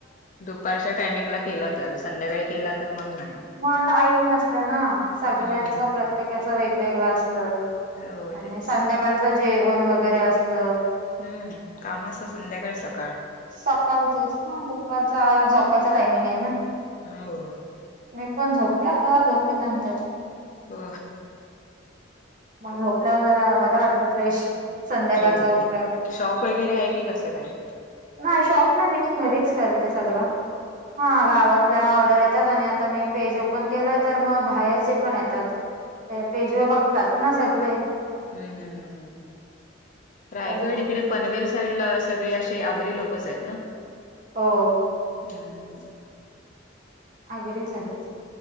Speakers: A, on the left; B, on the right.
A: दुपारच्या टायमिंगला केला तर संध्याकाळी केला तर मग नाही
B: मग टाईम नसत ना सगळ्यांचा
A: हम्म
B: प्रत्येकाचा वेगवेगळ असत आणि
A: हो तेच
B: संध्याकाळचं जेवण वगैरे असत
A: हम्म काम अस संध्याकाळचात
B: सकाळचेच हा दुपारचा झोपाचा टायमिंग आहे ना
A: हो
B: मी पण झोपते आता झोपे नंतर
A: हो
B: मग होकला हदार वरा वाटत फ्रेश संध्याकाळच
A: हो
B: उठलं
A: शॉप वगैरे आहे की कसं काय
B: नाही शॉप नाही नाही घरीच करते सगळं हा गावात आपल्या ऑर्डर येतात आणि आता मी पेज ओपन केलाय तर मग बाहेरचे पण येतात ते पेजवा बघतात ना सगळे
A: हम् हम्मम्् रायगड
B: तर मग
A: इकडे पनवेल साईड ला सगळे असे आगरी लोकच आहेत ना
B: हो
A: हम्
B: अगरेच आहेतच